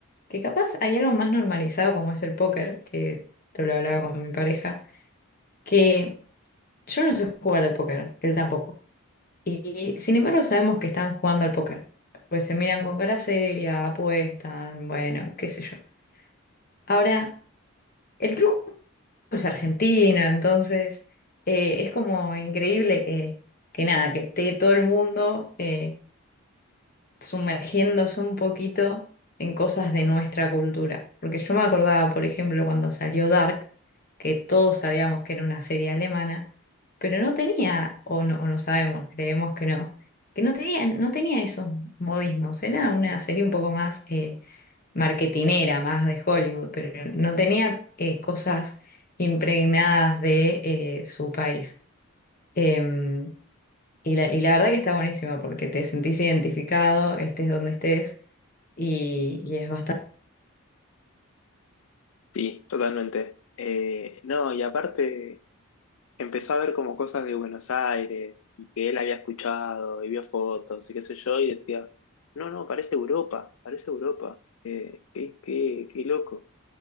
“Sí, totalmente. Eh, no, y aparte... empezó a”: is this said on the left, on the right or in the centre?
Left